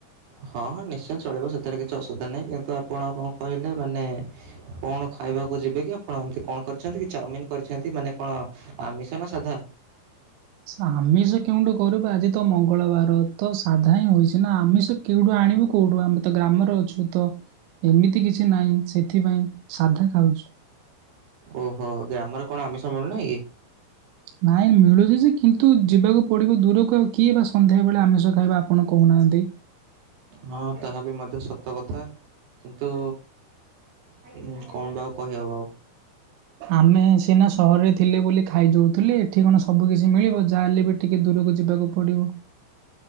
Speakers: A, on the right; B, on the right.
A: ହଁ ହଁ ନିଶ୍ଚୟ ଚଳିବ ସେଥିରେ କିଛି ଅସୁବିଧା ନାହିଁ କିନ୍ତୁ ଆପଣ କଣ କହିଲେ ମାନେ କଣ ଖାଇବାକୁ ଯିବେ କି ଆପଣ ଏମତି କଣ କରିଛନ୍ତି କି ଚାଉମିିନ କରିଛନ୍ତି ମାନେ କଣ ଆମିଷ ନା ସାଧା?
B: ଆମିଷ କେଉଠୁ କରିବ ଆଜି ତ ମଙ୍ଗଳବାର ତ ସାଧା ହିଁ ହୋଇଛି ନା ଆମିଷ କେଉଠୁ ଆଣିବୁ କୋଉଠୁ ଆମେ ତ ଗ୍ରାମରେ ଅଛୁ ତ। ଏମିତି କିଛି ନାହିଁ ସେଥିପାଇଁ ସାଧା ଖାଉଛୁ।
A: ଓହୋ ଗ୍ରାମର କଣ ଆମିଷ ମିଳୁ ନାହିଁ କି?
B: ନାଇଁ ମିଳୁଛି ଯେ କିନ୍ତୁ ଯିବାକୁ ପଡିବ ଦୂରକୁ ଆଉ କିଏ ବା ସନ୍ଧ୍ୟାବେଳେ ଆମିଷ ଖାଇବା ଆପଣ କହୁନାହାନ୍ତି?
A: ହଁ ତାହା ବି ମଧ୍ୟ ସତ କଥା। କିନ୍ତୁ ହୁଁ କଣ ବା ଆଉ କହିହେବ ଆଉ।
B: ଆମେ ସିନା ସହରରେ ଥିଲେ ବୋଲି ଖାଇଯାଉଥିଲେ ଏଠି କଣ ସବୁ କିିଛି ମିଳିବ ଯାହା ହେଲେ ବି ଟିକେ ଦୂରକୁ ଯିବାକୁ ପଡିବ।